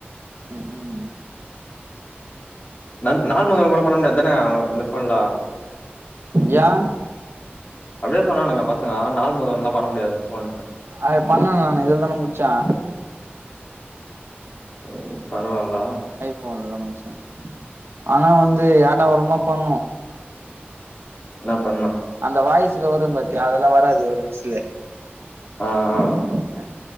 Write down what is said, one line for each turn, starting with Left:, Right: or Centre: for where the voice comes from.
Right: ம் ம்
Left: ந நார்மல் கால் கூட பண்ண முடியாது தான இந்த ஃபோன்ல
Right: யா
Left: அப்டி தா சொன்னானுங்க பசங்க நார்மல் கால்லா பண்ண முடியாது ஃபோன்லனு
Right: அது பண்ணே நானு இதுல தான முடிச்சே
Left: ம் பரவால்ல
Right: ஃபோன்ல தா முடிச்சே ஆனா வந்து ஏடா கூடமா பண்ணு
Left: என்ன பண்லா
Right: அந்த வாய்சுல வரு பாத்தியா அதெல்லா வராது ஒரு வாய்சுல
Left: ஆ ஆ
Right: ம் அ